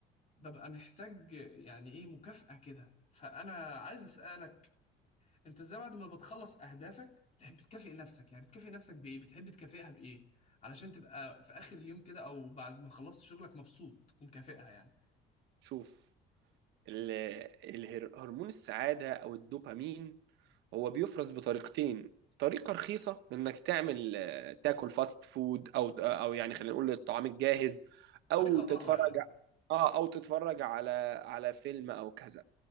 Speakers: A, on the left; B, on the right.
A: ببقى محتاج يعني ايه مكافأة كده فانا عايز اسالك انت ازاي بعد ما بتخلص اهدافك بتحب تكافئ نفسك يعني بتكافئ نفسك بايه بتحب تكافئها بايه علشان تبقى في اخر اليوم كده او بعد ما خلصت شغلك مبسوط ومكافئها يعني
B: شوف ال- الهر- هرمون السعادة أو الدوبامين هو بيفرز بطريقتين طريقة رخيصة إنك تعمل آه، تاكل فاست فود أو أو يعني خلينا نقول الطعام الجاهز أو
A: طريقة
B: تتفرج
A: ضارة يعني
B: آه أو تتفرج على على فيلم أو كذا